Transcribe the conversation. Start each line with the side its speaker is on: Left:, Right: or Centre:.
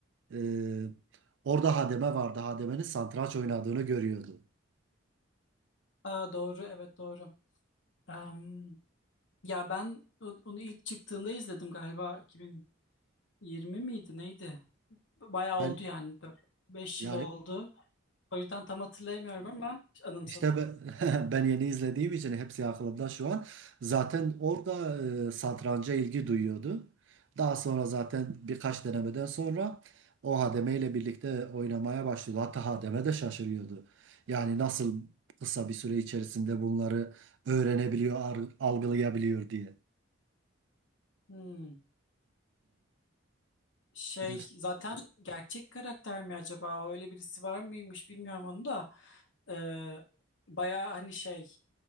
Right: Ee, orada hademe vardı. Hademenin satranç oynadığını görüyordu.
Left: Aa, doğru evet doğru. Em, ya ben o- onu ilk çıktığında izledim galiba 2020 miydi neydi? Bayağı
Right: Ben
Left: oldu yani 5
Right: yani
Left: yıl oldu. O yüzden tam hatırlayamıyorum ama anımsadım.
Right: İşte ben, <laughs> ben yeni izlediğim için hepsi aklımda şu an. Zaten orada e, satranca ilgi duyuyordu. Daha sonra zaten birkaç denemeden sonra o hademe ile birlikte oynamaya başladı. Hatta hademe de şaşırıyordu. Yani nasıl kısa bir süre içerisinde bunları öğrenebiliyor, ar- algılayabiliyor diye.
Left: Hmm. Şey
Right: Evet.
Left: zaten gerçek karakter mi acaba? O Öyle birisi var mıymış bilmiyorum onu da. Ee, baya hani şey